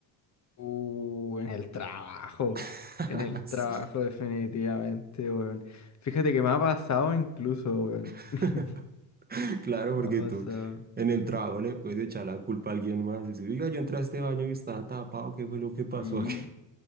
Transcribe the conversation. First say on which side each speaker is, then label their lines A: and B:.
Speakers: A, on the left; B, on the right.
A: Uh, en el trabajo,
B: <laughs>
A: en el trabajo
B: Sí.
A: definitivamente, weón. Fíjate que me ha pasado incluso, weón.
B: <laughs>
A: <laughs>
B: Claro,
A: Me
B: porque
A: ha pasado.
B: tú en el trabajo le puedes echar la culpa a alguien más. Decir, Oiga, yo entré a este baño y estaba tapado, ¿qué fue lo que pasó
A: Sí,
B: aquí?